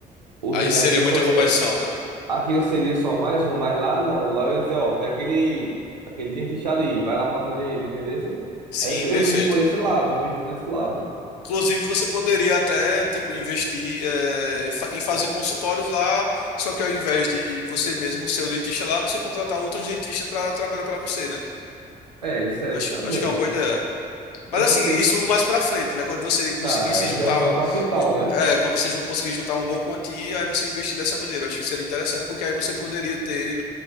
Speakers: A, on the right; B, on the left.
A: Ou
B: Aí
A: seja,
B: seria
A: aqui eu
B: muita
A: só
B: competição,
A: ia.
B: né?
A: Aqui eu seria só mais um, mas lá não. Lá eu ia dizer, ó, tem aquele, aquele dentista ali, vai lá fazer nele, entendeu?
B: Sim,
A: Aí eu, tô-
B: perfeito.
A: eu vejo por esse lado, eu vejo por esse lado.
B: Inclusive, você poderia até, tipo, investir eh, fa- em fazer consultórios lá, só que ao invés de você mesmo ser o dentista lá, você contratar outros dentistas para trabalhar para você, né?
A: É, serve
B: Acho,
A: também.
B: acho que é uma boa ideia. Mas
A: É porque,
B: assim, isso
A: né?
B: mais pra frente, né? Quando você conseguir
A: Ah,
B: se
A: é,
B: juntar
A: já que
B: um.
A: é o capital, né?
B: É, quando você jun- conseguir juntar uma boa quantia, aí você investir dessa maneira. Eu acho que seria interessante, porque aí você poderia ter